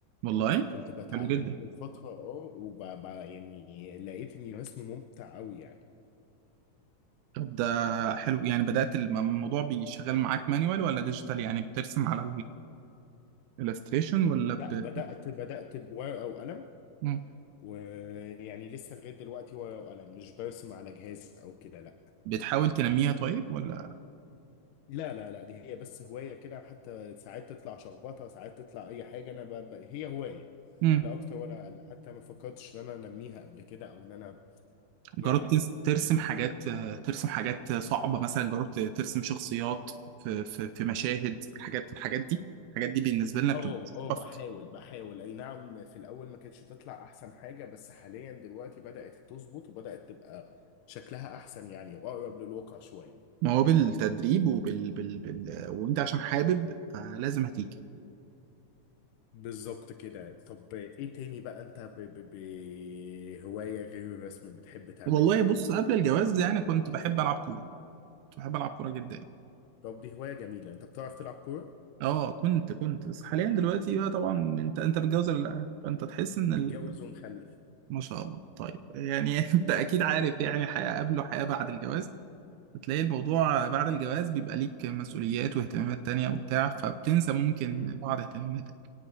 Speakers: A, on the right; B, on the left.
A: والله
B: كنت بتعلمه
A: حلو جدا
B: من فترة اه وب... ب- يعني لقيت اني رسمه ممتع قوي يعني
A: طب ده حلو يعني بدأت الم- الموضوع بيشغل معاك مانيوال ولا ديجيتال يعني بترسم على الالستريشن ولا
B: لا
A: ب...
B: بدأت بدأت بورقة وقلم
A: مم.
B: ويعني لسه لغاية دلوقتي ورقة وقلم مش برسم على جهاز أو كده لا
A: بتحاول تنميها طيب ولا
B: لا لا لا دي هي بس هواية كده حتى ساعات تطلع شخبطة ساعات تطلع أي حاجة أنا ب... ب... هي هواية
A: مم.
B: لا أكتر ولا أقل حتى ما فكرتش إن أنا أنميها قبل كده أو إن أنا
A: جربت
B: يعني
A: تس- ترسم
B: تبقى
A: حاجات ترسم حاجات صعبة مثلا جربت ترسم شخصيات في في في مشاهد الحاجات الحاجات دي الحاجات دي بالنسبة لنا
B: أه
A: بتبقى
B: أه
A: صعبة
B: بحاول بحاول أي نعم في الأول ما كانتش تطلع أحسن حاجة بس حاليا دلوقتي بدأت تظبط وبدأت تبقى شكلها أحسن يعني وأقرب للواقع شوية
A: ما هو بالتدريب وبال بال... بال... وانت عشان حابب فلازم هتيجي
B: بالظبط كده طب ايه تاني بقى انت ب... ب... ب... هواية غير الرسم بتحب تعملها
A: والله
B: يعني
A: بص قبل الجواز يعني كنت بحب العب كوره كنت بحب العب كوره جدا
B: طب دي هواية جميلة انت بتعرف تلعب كورة
A: اه كنت كنت بس حاليا دلوقتي بقى طبعا انت انت متجوز ولا لا فانت تحس ان
B: متجوز
A: ال...
B: ومخلف
A: ما شاء الله طيب يعني <laughs> انت اكيد عارف يعني حياه قبل وحياه بعد الجواز بتلاقي الموضوع بعد الجواز بيبقى ليك مسؤوليات واهتمامات تانية وبتاع فبتنسى ممكن
B: امم
A: بعض اهتماماتك